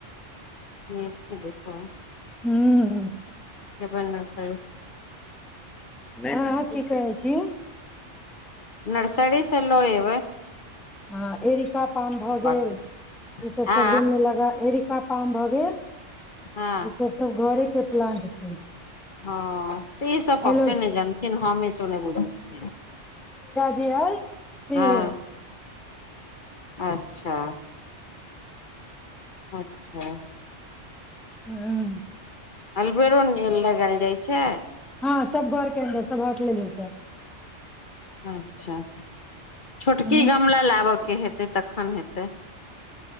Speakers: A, on the left; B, in the centre.
A: ठीक छै फन <unintelligible>
B: हू
A: जेब नै <unintelligible>
B: हँ ह की कहय छी
A: नर्सरी से नय
B: ह एरिका पाम भऽ गेल
A: के
B: ई सब
A: आ
B: सब रूम मे लगा एरी का पाम भए गेल
A: हँ
B: ई सब सब घरे के प्लांट छै
A: हँ तऽ ईसभ पप्पे
B: एलो
A: ने जानथिन हम ई सब नय बुझै छियै
B: र सेहो छैहे
A: हँ अच्छा अच्छा
B: हूं
A: अलबेरो नै नील लगएल जाइ छै
B: हँ सब घर के अन्दर सब हटलै नीचा
A: अच्छा छोटकी
B: ह
A: गमला लाबय के हेतै तखन हेतै